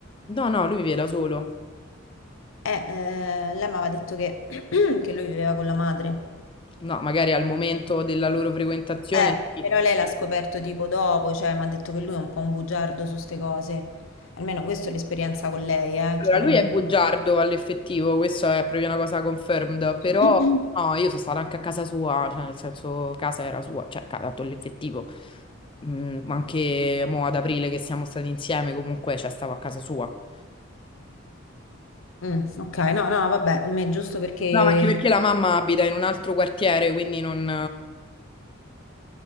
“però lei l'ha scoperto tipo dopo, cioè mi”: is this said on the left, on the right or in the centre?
Left